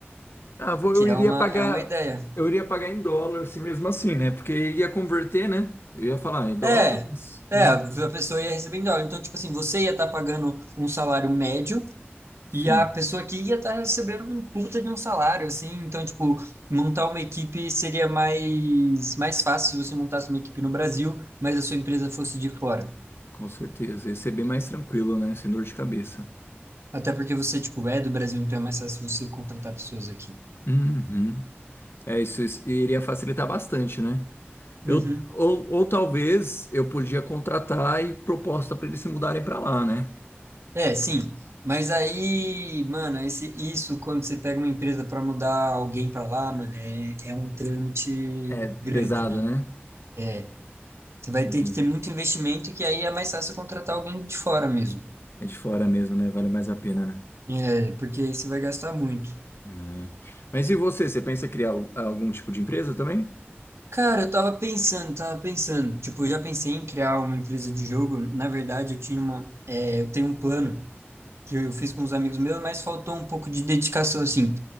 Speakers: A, on the left; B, on the right.
A: Ah, vou,
B: que
A: eu
B: é
A: iria
B: uma,
A: pagar,
B: é uma ideia.
A: eu iria pagar em dólar, se mesmo assim, né? Porque ia converter, né? Eu ia falar, em dólar?
B: É,
A: mas,
B: é,
A: hum,
B: a pessoa ia receber em dólar. Então, tipo assim, você ia estar pagando um salário médio
A: sim,
B: e a pessoa aqui ia estar recebendo um puta de um salário, assim. Então, tipo, montar uma equipe seria mais, mais fácil se você montasse uma equipe no Brasil, mas a sua empresa fosse de fora.
A: com certeza. Ia ser bem mais tranquilo, né? Sem dor de cabeça.
B: Até porque você, tipo, é do Brasil, então é mais fácil você contratar pessoas aqui.
A: Uhum. É, isso, isso iria facilitar bastante, né?
B: Uhum.
A: Eu, ou, ou talvez eu podia contratar e proposta para eles se mudarem para lá, né?
B: É, sim. Mas aí, mano, esse, isso quando você pega uma empresa para mudar alguém para lá, mano, é, é um trâmite
A: É
B: grande,
A: pesado,
B: né?
A: né?
B: É, Você vai
A: Entendi.
B: ter que ter muito investimento, que aí é mais fácil contratar alguém de fora mesmo.
A: É de fora mesmo, né? Vale mais a pena, né?
B: É, porque aí você vai gastar muito.
A: Hum. Mas e você? Você pensa em criar al- algum tipo de empresa também?
B: Cara, eu tava pensando, tava pensando. Tipo, eu já pensei em criar uma empresa de jogo. Na verdade, eu tinha uma, é, eu tenho um plano que eu fiz com uns amigos meus, mas faltou um pouco de dedicação, assim.